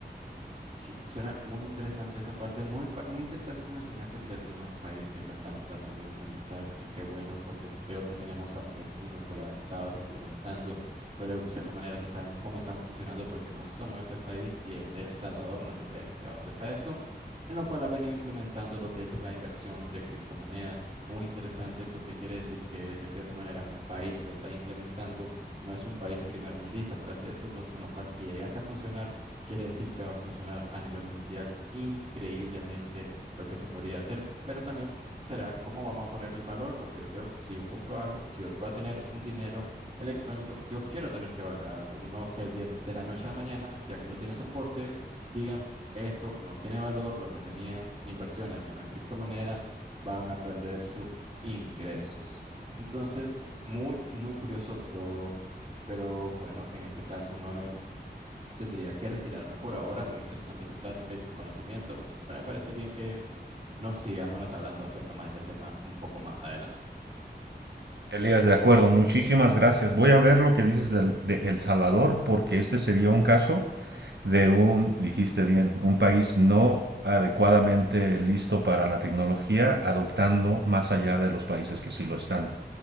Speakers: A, on the right; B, on the right.
A: Sí, suena muy interesante esa parte, muy, pa- muy interesante que mencionaste que algunos países lo están tratando de implementar y qué bueno porque creo que tenemos a un vecino que lo ha estado implementando, pero de cierta manera no sabemos cómo están funcionando porque no somos ese país y es El Salvador, no sé si has escuchado acerca de esto, en lo cual ha venido implementando lo que es la inversión de criptomoneda, muy interesante porque quiere decir que de cierta manera un país lo está implementando, no es un país primermundista, por así decirlo, en lo cual si llegase a funcionar Quiere decir que va a funcionar a nivel mundial increíblemente lo que se podría hacer, pero también será cómo vamos a ponerle el valor, porque yo quiero, si yo compro algo, si yo voy a tener un dinero electrónico, yo quiero tener que valga algo, no que el día de la noche a la mañana, ya que no tiene soporte, digan, esto no tiene valor, lo que tenían inversiones en la criptomoneda van a perder sus ingresos. Entonces, muy, muy curioso todo, pero bueno, en este caso, Manuel. Tendría que retirarme por ahora. Muy interesante tu plática y tu conocimiento, pero me parece bien que nos sigamos hablando acerca más de este tema un poco más adelante.
B: Elías, de acuerdo, muchísimas gracias. Voy a ver lo que dices del- de El Salvador, porque este sería un caso de un, dijiste bien, un país no adecuadamente listo para la tecnología, adoptando más allá de los países que sí lo están.